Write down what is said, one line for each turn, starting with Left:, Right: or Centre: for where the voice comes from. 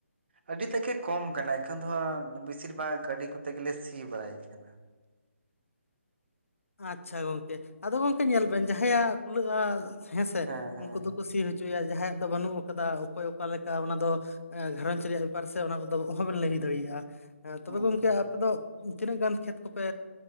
Right: ᱟᱹᱰᱤ ᱛᱮᱫ ᱜᱮ ᱠᱚᱢ ᱠᱟᱱᱟᱭ ᱮᱠᱷᱚᱱ ᱫᱚ ᱵᱮᱥᱤᱨ ᱵᱷᱟᱜᱽ ᱜᱟᱹᱰᱤ ᱠᱚᱛᱮ ᱜᱮᱞᱮ ᱥᱤ ᱵᱟᱲᱟᱭ ᱠᱟᱱᱟ
Left: ᱟᱪᱪᱷᱟ ᱜᱚᱝᱠᱮ ᱟᱫᱚ ᱜᱚᱝᱠᱮ ᱧᱮᱞ ᱵᱮᱱ ᱡᱟᱦᱟᱸᱭᱟᱜ ᱠᱩᱞᱟᱹᱜᱼᱟ ᱦᱮᱸᱥᱮ
Right: ᱦᱮᱸ
Left: ᱩᱱᱠᱩ
Right: ᱦᱮᱸ
Left: ᱫᱚ
Right: ᱦᱮᱸ
Left: ᱠᱩ ᱥᱤ ᱦᱚᱪᱚ ᱦᱚᱪᱚᱭᱟ ᱡᱟᱦᱟᱸᱭᱟᱜ ᱫᱚ ᱵᱟᱹᱱᱩᱜ ᱟᱠᱟᱫᱟ ᱚᱠᱚᱭ ᱚᱠᱟ ᱞᱮᱠᱟ ᱚᱱᱟ ᱫᱚ ᱜᱷᱟᱨᱚᱸᱧᱡᱽ ᱨᱮᱭᱟᱜ ᱵᱮᱯᱟᱨ ᱥᱮ ᱚᱱᱟ ᱠᱚᱫᱚ ᱦᱚᱸᱵᱮᱱ ᱞᱟᱹᱭ ᱦᱩᱭ ᱫᱟᱲᱮᱭᱟᱜᱼᱟ ᱦᱮᱸ ᱛᱚᱵᱮ
Right: ᱦᱩᱸ
Left: ᱜᱚᱝᱠᱮ
Right: ᱦᱩᱸ
Left: ᱟᱯᱮ ᱫᱚ ᱛᱤᱱᱟᱹᱜ ᱜᱟᱱ ᱠᱷᱮᱛ ᱠᱚᱯᱮ